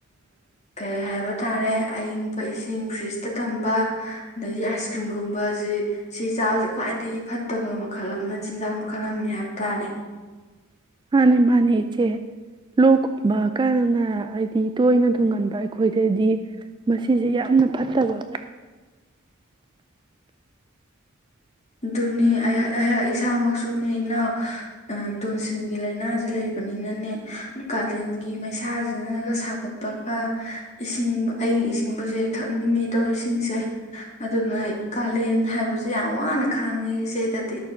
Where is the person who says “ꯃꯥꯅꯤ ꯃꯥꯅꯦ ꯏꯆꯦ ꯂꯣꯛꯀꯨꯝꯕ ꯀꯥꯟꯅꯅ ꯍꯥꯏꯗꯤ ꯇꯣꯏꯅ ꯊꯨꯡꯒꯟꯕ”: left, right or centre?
Right